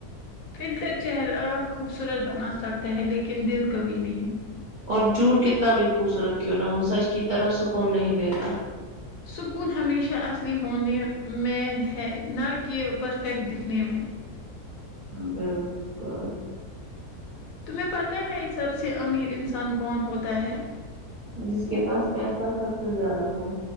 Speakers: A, on the left; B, on the right.
A: فلٹر چہر ا خوبصورت بنا سکتا ہے لیکن دل کبھی نہیں
B: اور جوٹ کتنا بھی خوبصورت کیوں نہ ہو سچ کی طرح سکون نہیں دیتا
A: سکون ہمیشہ اصلی ہونے میں ہے نہ کہ پرف افیکٹ دکھنے میں
B: بلکل
A: تمہیں پتہ ہے سب سے امیر انسان کون ہوتا ہے
B: جس کے پاس پیسہ سب سے زیادہ ہو